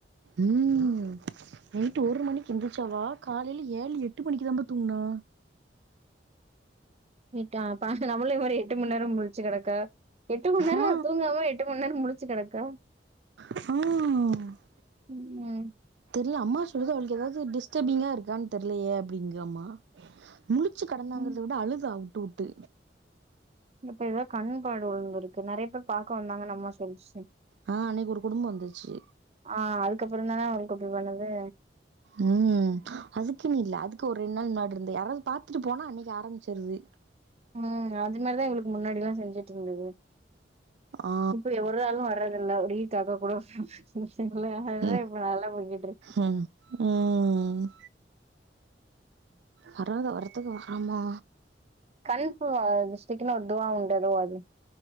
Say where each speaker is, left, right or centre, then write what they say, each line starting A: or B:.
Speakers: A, on the right; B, on the right.
A: ம் நைட்டு ஒரு மணிக்கு எந்திரிச்சாவா காலையில ஏழு எட்டு மணிக்கு தான் பா தூங்குணா
B: ட்டா பா நம்மளு வேற எட்டு மணி நேரம் முழிச்சு கெடக்க எட்டு மணி நேரோ
A: ஆ.
B: தூங்காம எட்டு மணி நேரம் முழிச்சு கெடக்கா
A: ஆ
B: ம் மெ
A: தெர்ல அம்மா சொல்றது அவளுக்கு ஏதாவது டிஸ்டர்பிங்கா இருக்கான்னு தெர்லயே அப்டிங்கு அம்மா முழிச்சி கெடந்தாங்கறத
B: ம்
A: வுட அழுதா வுட்டு வுட்டு
B: இப்ப எதோ கண்ப்பாடு உளுந்துர்க்கு நெறைய பேர் பாக்க வந்தாங்கனு அம்மா சொல்ச்சு
A: ஆ அன்னைக்கு ஒரு குடும்பம் வந்துச்சு
B: ஆ அதுக்கப்பறோ தான அவ்ளுக்கு அப்டி பண்ணுது
A: ம் அதுக்குன்னு இல்ல அதுக்கு ஒரு ரெண்டு நாள் முன்னாடிருந்து யாராவது பாத்துட்டு போனா அன்னைக்கு ஆரமிச்சிரது
B: ம் அதுனாலதா இவளுக்கு முன்னாடி எல்லா செஞ்சுட்ருந்துது
A: ஆ.
B: இப்ப ஒரு ஆளு வரதில்ல ஒரு ஈ காக்காகூடோ சும்மா சிம்பிளா
A: ம்,
B: இப்ப நல்லா போயிட்ருக்
A: ம், ம் வராத வரத்துக்கு வராமா
B: கண்ப்புவா <unintelligible> ஸ்டிக்குனு ஒரு துவா உண்டுவா அது